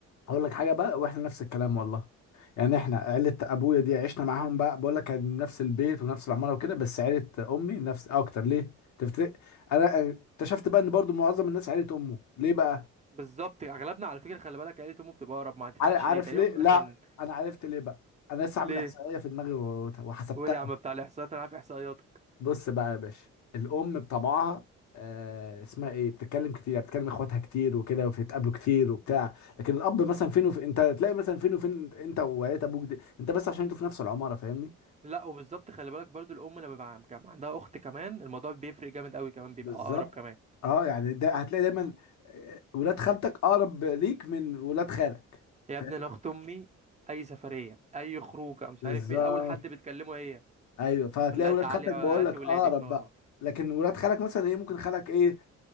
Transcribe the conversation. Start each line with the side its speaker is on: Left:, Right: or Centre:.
Left: اقول لك حاجه بقى واحنا نفس الكلام والله يعني احنا عيله ابويا دي عشنا معاهم بقى بقول لك كان نفس البيت ونفس العماره وكده بس عيله امي نفس اكتر ليه تفتكر انا اكتشفت بقى ان برضو معظم الناس عيله امه ليه بقى
Right: بالظبط اغلبنا على فكره خلي بالك عيله امه بتبقى اقرب ما تفهمش
Left: عار- عارف
Right: ليه تقريبا
Left: ليه لا
Right: عشان
Left: انا عرفت ليه بقى انا لسه عامل
Right: ليه
Left: احصائيه في دماغي و- وحسبتها
Right: قول يا عم بتاع الاحصائيات انا عارف احصائياتك
Left: بص بقى يا باشا الام بطبعها آه اسمها ايه بتتكلم كتير يعني بتتكلم اخواتها كتير وكده وبتتقابلوا كتير وبتاع لكن الاب مثلا فين وفين انت تلاقي مثلا فين وفين انت وعيلة ابوك دي انت بس عشان انتوا في نفس العماره فاهمني
Right: لا وبالظبط خلي بالك برضو الام لما بيبقى عم- كان عندها اخت كمان الموضوع بيفرق جامد قوي كمان بيبقى
Left: بالظبط
Right: اقرب كمان
Left: اه يعني ده هتلاقي دايما آه، ولاد خالتك اقرب ليك من ولاد خالك
Right: يا
Left: فاهم
Right: ابني انا اخت امي اي سفريه اي خروجه مش
Left: بالظبط
Right: عارف ايه اول حد بتكلمه هي
Left: ايوه فهتلاقي
Right: تقول لها
Left: ولاد
Right: تعالي
Left: خالتك
Right: هاتي
Left: بقول لك
Right: ولادك
Left: اقرب
Right: اه
Left: بقى لكن ولاد خالك مثلا ايه ممكن خالك ايه